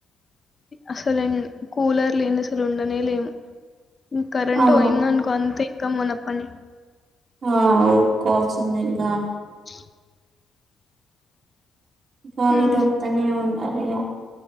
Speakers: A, on the left; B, on the right.
A: అసలు కూలర్ లేని అసలు ఉండనే లేము. కరెంట్
B: అవును
A: పోయింది. అనుకో అంతే కమనప్పని
B: ఆ ఒప్పుకోవాల్సిందే ఇగా
A: అ
B: పాము
A: మ్మ్.
B: ఇటు వత్తానే ఉండాలి. ఇగా